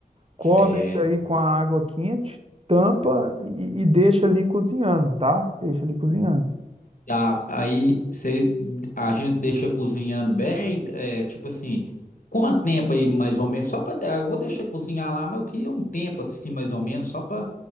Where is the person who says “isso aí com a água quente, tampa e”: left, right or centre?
Right